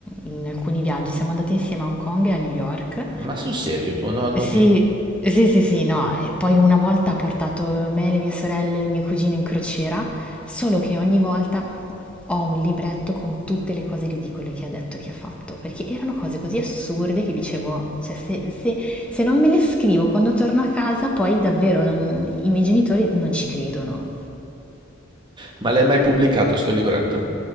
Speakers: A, in the centre; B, on the right (about 20°).
A: in alcuni viaggi, siamo andati insieme a Hong Kong e a New York.
B: Ma sul serio, tuo nonno
A: Sì,
B: che...
A: sì, sì, sì, no. E poi una volta ha portato me, le mie sorelle, le mie cugine in crociera, solo che ogni volta ho un libretto con tutte le cose ridicole che ha detto e che ha fatto, perché erano cose così assurde che dicevo, cioè se, se- se non me le scrivo quando torno a casa, poi davvero non- i miei genitori non ci credono.
B: Ma l'hai mai pubblicato sto libretto?